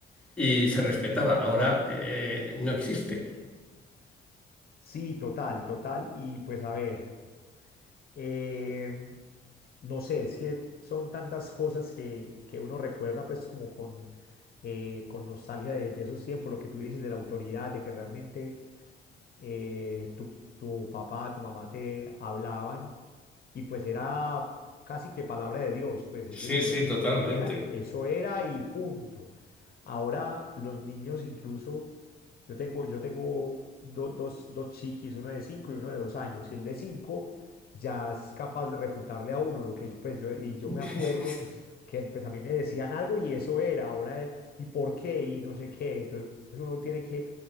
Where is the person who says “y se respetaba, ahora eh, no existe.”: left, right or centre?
Centre